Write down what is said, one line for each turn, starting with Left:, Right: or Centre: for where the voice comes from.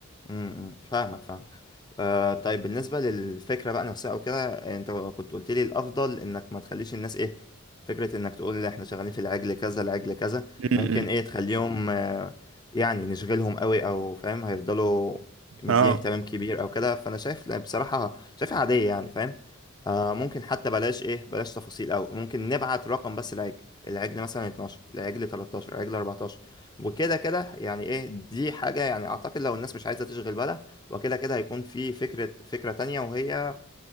Left: م- م. فاهمك فاهمك آه طيب بالنسبة للفكرة بقى نفسها أو كده أنت كنت قلت لي الأفضل إنك ما تخليش الناس إيه فكرة إنك تقول إحنا شغالين في العجل كذا العجل كذا
Right: م-
Left: ممكن
Right: م.
Left: إيه تخليهم آه يعني نشغلهم قوي أو فاهم هيفضلوا مديه
Right: اه
Left: اهتمام كبير أو كده فأنا شايف لا، بصراحة شايفها عادية يعني فاهم آه ممكن حتى بلاش إيه بلاش تفاصيل أوي ممكن نبعت رقم بس العجل العجل مثلا 12 العجل 13 العجل 14 وكده كده يعني إيه دي حاجة يعني أعتقد لو الناس مش عايزة تشغل بالها وكده كده هيكون في فكرة فكرة تانية وهي